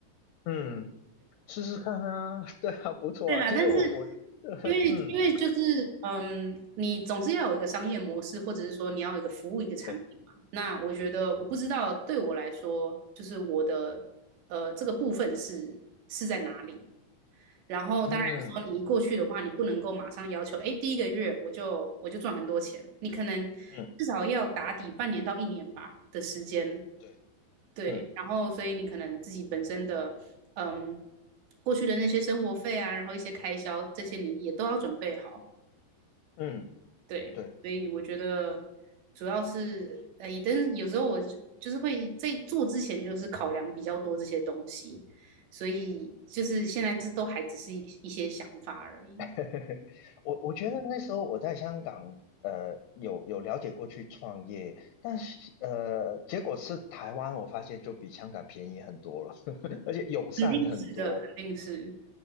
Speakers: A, on the left; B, on the right.
A: 嗯，试试看啊，<laughs> 对啊，不错啊。
B: 对啦，
A: 其实我我，
B: 但是
A: <laughs>
B: 因为因为就是嗯，
A: 嗯，
B: 你总是要有一个商业模式，或者是说你要有一个服务一个产品嘛。
A: 对，
B: 那我觉得我不知道对我来说，就是我的呃这个部分是是在哪里。然后当然说你一过去的话，
A: 嗯
B: 你不能够马上要求，哎，第一个月我就我就赚很多钱，你可能至少要打底半年到一年吧的时间，
A: 嗯对，
B: 对，
A: 嗯
B: 然后所以你可能自己本身的，嗯，过去的那些生活费啊，然后一些开销这些你也都要准备好，
A: 嗯，
B: 对，
A: 对，
B: 所以我觉得主要是，哎，但有时候我就就是会在做之前就是考量比较多这些东西，所以就是现在这都还只是一一些想法而已。
A: <laughs> 我我觉得那时候我在香港，呃，有有了解过去创业，但是呃，结果是台湾，我发现就比香港便宜很多了，<laughs> 而且友善很多。
B: 肯定是的，肯定是。